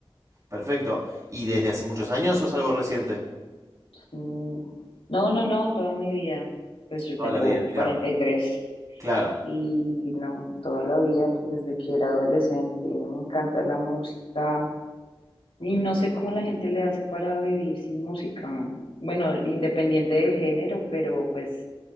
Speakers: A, on the right; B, on the left.
A: perfecto. ¿Y desde hace muchos años o es algo reciente?
B: Mm, No, no, no, toda mi vida. Pues yo
A: Toda
B: tengo
A: la vida, mirá,
B: 43
A: claro.
B: y tres y no, toda la vida, desde que era adolescente, me encanta la música y no sé cómo la gente le hace para vivir sin música. Bueno, independiente del género, pero pues